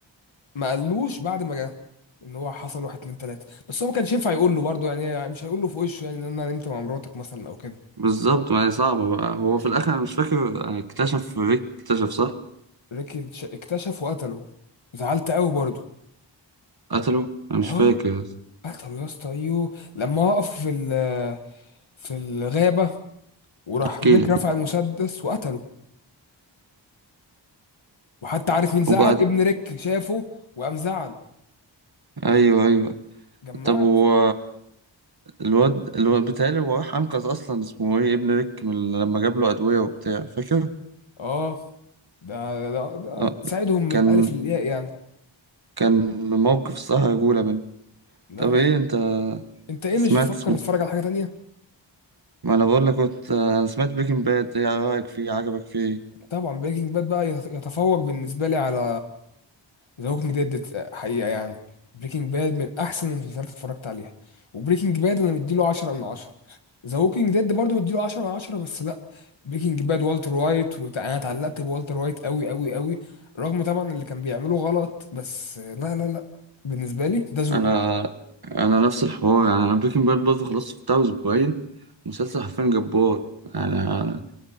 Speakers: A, on the left; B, on the right.
A: ما قالوش بعد ما جه ان هو حصل واحد اتنين تلاته بس هو ما كانش ينفع يقول له برضه يعني مش هيقول له في وشه يعني ان انا نمت مع مراتك مثلا او كده
B: بالظبط ما هي صعبة بقى هو في الآخر أنا مش فاكر اكتشف ريك اكتشف صح
A: ريكي اتش- اكتشف وقتله زعلت قوي برضه
B: قتله أنا مش
A: اه
B: فاكر
A: قتله يا اسطى ايوه لما وقف في ال- في الغابه وراح
B: احكي
A: ريك
B: لك
A: رفع المسدس وقتله وحتى عارف مين زعل
B: وبعد
A: ابن ريك شافه وقام زعل
B: أيوه أيوه
A: جمعت
B: طب هو الواد الواد بيتهيألي هو راح أنقذ أصلا اسمه إيه ابن ريك من لما جاب له أدوية وبتاع فاكر؟
A: اه ده ده, ده
B: آه.
A: تساعدهم من
B: كان
A: الف للياء يعني
B: كان موقف الصراحة رجولة منه
A: لا
B: طب
A: لا
B: إيه أنت
A: انت ايه
B: سمعت
A: مش بتفكر
B: اسمه
A: تتفرج على حاجه تانية
B: ما أنا بقول لك كنت أنا سمعت بريكنج باد إيه رأيك فيه عجبك فيه
A: طبعا بريكنج باد بقى يت- يتفوق بالنسبه لي على ذا ووكينج ديد حقيقه يعني بريكنج باد من احسن المسلسلات اللي اتفرجت عليها وبريكنج باد انا مديله 10 من 10 ذا ووكينج ديد برضه مديله 10 من 10 بس لا بريكنج باد والتر وايت وتع- انا اتعلقت بوالتر وايت قوي قوي قوي رغم طبعا اللي كان بيعمله غلط بس لا لا لا بالنسبه لي ده ذوقي
B: انا انا نفس الحوار يعني انا بريكنج باد برضه خلصت بتاع اسبوعين مسلسل حرفيا جبار انا